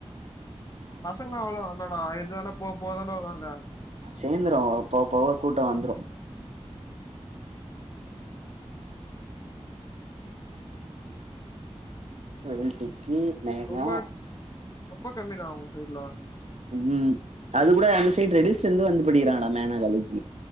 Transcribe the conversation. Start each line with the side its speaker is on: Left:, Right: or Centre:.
Left: பசங்ளா அவ்ளோ இல்லனா எதேனா போவ் போவ் தான்டா வருவானுங்க
Right: சேந்துரு போவ போவ கூட்டோ வந்துரு வெல்டிக்கி மேங்கா
Left: ரொம்ப ரொம்ப கம்மிடா உங்க சைட்ல
Right: ம் அது கூட அந்த சைடு ரெட்டிஷ்லந்து வந்து படிக்கிறாங்கடா மேனா காலேஜு